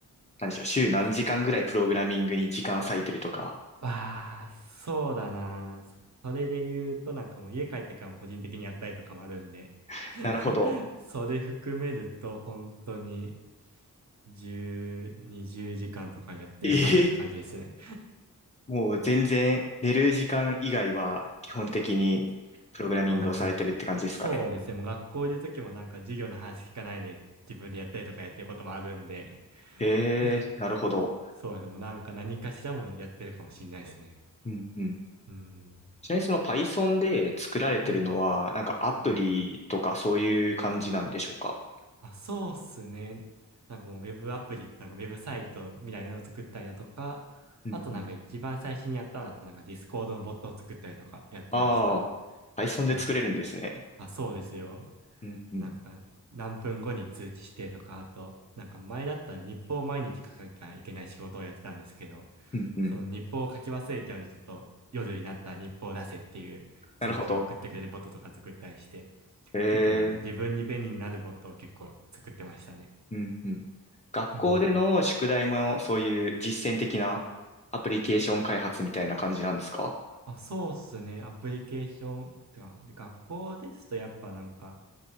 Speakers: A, on the left (about 20°); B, on the right (about 45°).
A: なんでしょう、週何時間ぐらいプログラミングに時間割いてるとか。
B: わあ、そうだな。そそれで言うと、なんかもう家帰ってからも個人的にやったりとかもあるんで、
A: <laughs>
B: <laughs>
A: なるほど。
B: それ含めると本当に10、20時間とかやってるかなって感じですね。
A: ええもう全然寝る時間以外は基本的にプログラミングをされてるって感じですかね。
B: まあ、もう、そうですね。もう学校いる時もなんか授業の話聞かないで自分でやったりとかやってることもあるんで、
A: ええ、
B: <laughs>
A: なるほど。
B: そうですね。もうなんか何かしらもやってるかもしんないですね。
A: うんうん。
B: うん。
A: ちなみにその Python で作られてるのは、
B: うん。
A: なんかアプリとかそういう感じなんでしょうか
B: うんあ、そうっすね。なんかもうウェブアプリってなんかウェブサイトみたいなのを作ったりだとか、
A: うんうん。
B: あとなんか一番最初にやったのだとなんかディスコードのボットを作ったりとかやってました。
A: ああ、Python で作れるんですね。
B: うん。あ、そうですよ。
A: うんうん。
B: なんか何分後に通知してとか、あとなんか前だったら日報を毎日書かなきゃいけない仕事をやってたんですけど、
A: うんうん。
B: その日報を書き忘れちゃうんでちょっと夜になったら日報を出せっていう通知を送ってくれるボットとか作ったりして、
A: なるほど。え
B: 結構なんか自分に便利になるボットを結構作ってましたね。
A: え、うんうん。学校での宿題もそういう実践的なアプリケーション開発みたいな感じなんですか
B: うん。まあ、そうっすね。アプリケーション。てか、で学校ですとやっぱなんか、